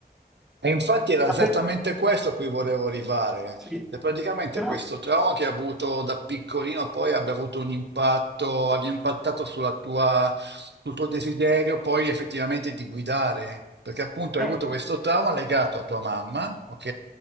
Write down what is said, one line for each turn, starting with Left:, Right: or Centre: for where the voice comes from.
Right: E infatti era
Centre: Ah,
Right: esattamente
Centre: per-
Right: questo a cui volevo arrivare,
Centre: Sì,
Right: che praticamente
Centre: però...
Right: questo trauma che hai avuto da piccolino poi abbia avuto un impatto, abbia impattato sulla tua, sul tuo desiderio poi effettivamente di guidare, perché appunto hai
Centre: eh,
Right: avuto questo trauma legato a tua mamma, ok?